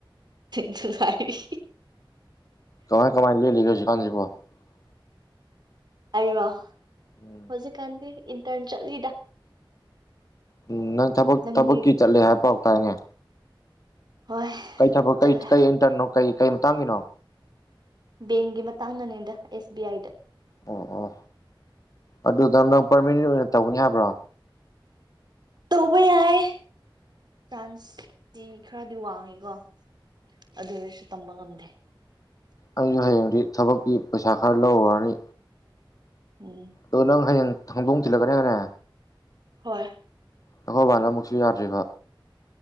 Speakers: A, on the right; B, on the left.
A: ꯅꯨꯉꯥꯏꯔꯤ꯫
B: ꯀꯃꯥꯏ ꯀꯃꯥꯏ <unintelligible>
A: ꯑꯩ ꯔꯣ?
B: ꯎꯝ
A: ꯍꯨꯖꯤꯛꯀꯥꯟꯗꯤ ꯏꯟꯇꯔꯟ ꯆꯠꯂꯤꯗ
B: ꯎꯝ ꯅꯪ ꯊꯕꯛ
A: ꯅꯪꯗꯤ
B: ꯊꯕꯛꯀꯤ ꯆꯠꯂꯦ ꯍꯥꯏ ꯄꯥꯎ ꯇꯌꯦꯅꯦ꯫
A: ꯍꯣꯏ
B: ꯀꯩ ꯊꯕꯛ ꯀꯩ
A: ꯆꯠꯂꯦ
B: - ꯀꯩ ꯏꯟꯇꯔꯟꯅꯣ? ꯀꯩ - ꯀꯩ ꯃꯇꯥꯡꯒꯤꯅꯣ?
A: ꯕꯦꯡꯒꯤ ꯃꯇꯥꯡꯗꯅꯦꯗ ꯑꯦꯁ ꯕꯤ ꯑꯥꯏ ꯗ꯫
B: ꯑꯣ - ꯑꯣ ꯑꯗꯨꯗ ꯅꯪ ꯄꯔꯃꯤꯅꯦꯟ ꯑꯣꯏꯅ ꯇꯧꯒꯅꯤ ꯍꯥꯏꯕ꯭ꯔꯣ?
A: ꯇꯧꯕ ꯌꯥꯏ ꯆꯥꯟꯁꯇꯤ ꯈꯔꯗꯤ ꯋꯥꯡꯉꯤꯀꯣ ꯑꯗꯨꯑꯣꯏꯔꯥꯁꯨ ꯇꯝꯕ ꯉꯝꯗꯦ꯫
B: ꯑꯩꯖꯨ ꯍꯌꯦꯡꯗꯤ ꯊꯕꯛꯀꯤ ꯄꯩꯁꯥ ꯈꯔ ꯂꯧꯔꯔꯅꯤ꯫
A: ꯎꯝ꯫
B: ꯑꯗꯣ ꯅꯪ ꯍꯌꯦꯡ ꯍꯪꯗꯣꯡ ꯊꯤꯜꯂꯛꯀꯅꯤ ꯍꯥꯏꯅꯦ꯫
A: ꯍꯣꯏ꯫
B: ꯑꯩꯈꯣꯏꯕꯥꯅ ꯑꯃꯨꯛꯁꯨ ꯌꯥꯗ꯭ꯔꯤꯕ꯫